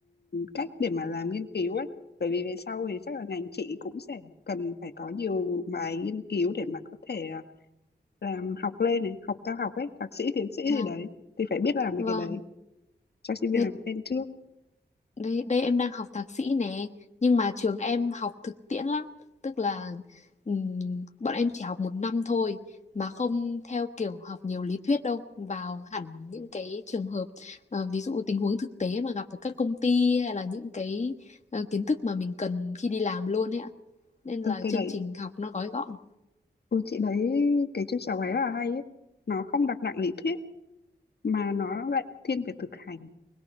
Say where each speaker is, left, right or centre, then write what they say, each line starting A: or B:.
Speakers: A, on the left; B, on the left.
A: cách để mà làm nghiên cứu ấy. Bởi vì về sau thì chắc là ngành chị cũng sẽ cần phải có nhiều bài nghiên cứu để mà có thể à, làm học lên này, học cao học ấy, thạc sĩ, tiến sĩ
B: à,
A: gì đấy thì phải biết làm mấy
B: vâng
A: cái đấy cho sinh viên
B: nên
A: làm quen trước
B: đây đây em đang học thạc sĩ nè nhưng mà trường em học thực tiễn lắm tức là ừm, bọn em chỉ học một năm thôi mà không theo kiểu học nhiều lý thuyết đâu vào hẳn những cái trường hợp ờ, ví dụ tình huống thực tế mà gặp ở các công ty hay là những cái ờ, kiến thức mà mình cần khi đi làm luôn ấy ạ nên
A: ừ,
B: là
A: cái
B: chương
A: đấy
B: trình học nó gói gọn
A: ừ, chị đấy cái trên sáu ấy là hay ấy nó không đặt nặng lý thuyết mà nó lại thiên về thực hành